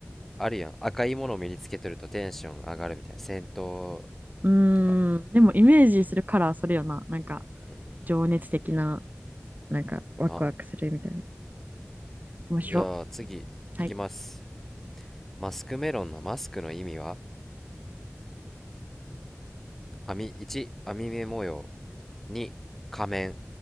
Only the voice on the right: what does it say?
うー
ん。でも、
イメージするカラー、それよな。なんか、
情熱的な、なんか、ワクワクするみたいな。
面白。
はい。